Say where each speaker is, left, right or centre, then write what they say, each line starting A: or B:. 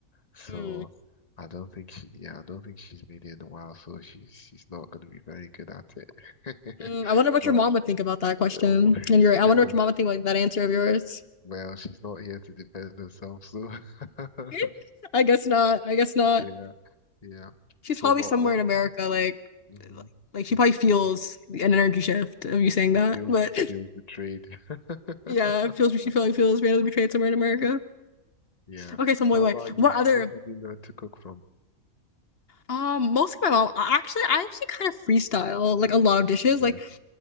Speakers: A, on the left; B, on the left.
A: So
B: Hmm.
A: I don't think she, yeah, I don't think she's made it in a while. So she's she's not going to be very good at it.
B: Hmm, I wonder
A: <laughs>
B: what
A: But
B: your mom would think about that question.
A: oh, <laughs>
B: And your I wonder what your mom would think about that answer of yours.
A: well, she's not here to defend herself. So <laughs>
B: <laughs> I guess not. I guess not.
A: yeah, yeah.
B: She's
A: So,
B: probably
A: but
B: somewhere
A: what?
B: in America, like,
A: Mm-hmm.
B: like, like she
A: He's,
B: probably feels
A: he
B: an energy shift of you saying that.
A: feels
B: But
A: feels betrayed. <laughs>
B: <laughs> yeah, it feels she probably feels randomly betrayed somewhere in America.
A: Yeah.
B: Okay, so wait,
A: How
B: wait.
A: about you?
B: What other?
A: Who did you learn to cook from?
B: Um, mostly my mom. I- Actually, I actually kind of freestyle like a lot of dishes.
A: Okay.
B: Like.